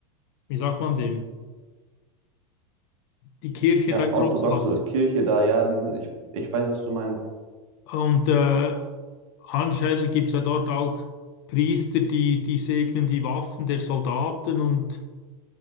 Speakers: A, on the left; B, on the right.
A: wie sagt man dem? Die Kirche
B: ja,
A: da in
B: orthodoxe
A: Russland.
B: Kirche da, ja, die sind, ich, ich weiß, was du meinst.
A: Und äh, anscheinend gibt es ja dort auch Priester, die, die segnen die Waffen der Soldaten und